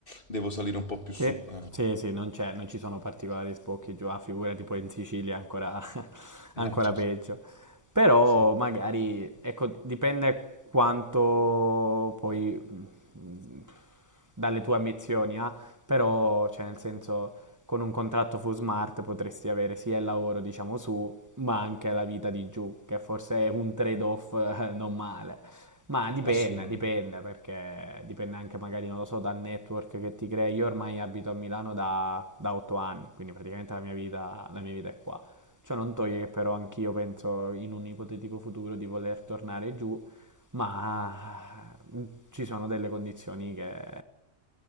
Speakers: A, on the left; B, on the right.
A: devo salire un po' più
B: Sì,
A: su. Eh,
B: sì, sì, non c'è, non ci sono particolari sbocchi giù, ah, figurati poi in Sicilia è ancora, <laughs> ancora
A: Eh, certo,
B: peggio. Però
A: sì,
B: magari, ecco, dipende quanto poi mh, dalle tue ambizioni, ah, però, cioè, nel senso, con un contratto full smart potresti avere sia il lavoro, diciamo, su, ma anche la vita di giù, che forse è un trade-off <laughs> eh, non male. Ma dipende,
A: assolutamente.
B: dipende, perché dipende anche magari, non lo so, dal network che ti crei. Io ormai abito a Milano da, da 8 anni, quindi praticamente la mia vita, la mia vita è qua. Ciò non toglie che però anch'io penso in un ipotetico futuro di voler tornare giù, ma ci sono delle condizioni che,